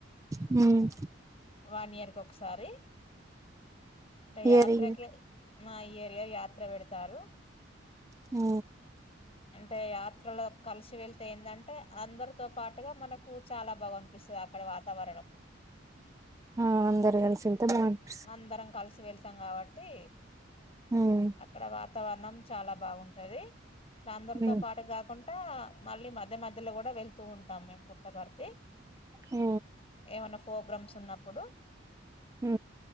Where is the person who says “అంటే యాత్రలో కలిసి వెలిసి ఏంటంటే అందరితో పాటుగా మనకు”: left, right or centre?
Left